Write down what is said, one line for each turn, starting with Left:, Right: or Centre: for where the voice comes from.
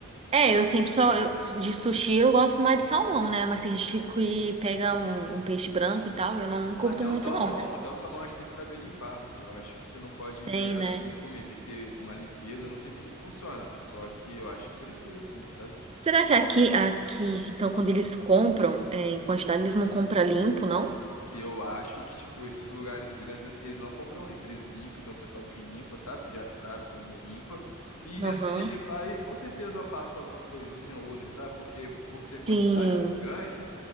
Right: É, eu sempre só. eu- de sushi eu gosto mais de salmão, né? Mas tem gente que pega um, um peixe branco e tal, eu não curto
Left: Até
Right: muito,
Left: o salmão,
Right: não.
Left: até o salmão acho que tem que saber limpar. Eu acho que você não pode
Right: Tem,
Left: pegar
Right: né?
Left: assim e comer, tem que ter uma limpeza, eu não sei como funciona, só que eu acho que precisa sim, sabe?
Right: Será que aqui, aqui, então, quando eles compram, é, em quantidade, eles não compram limpo, não?
Left: Eu acho que, tipo, esses lugares grandes, assim, eles não compram limpo. Eles limpam, tem um pessoal que limpa, sabe? Que já sabe como limpa. E nessa
Right: Aham.
Left: de limpar aí, com certeza passa alguma coisinha ou outra, sabe? Porque por ser quantidade
Right: Sim,
Left: muito grande,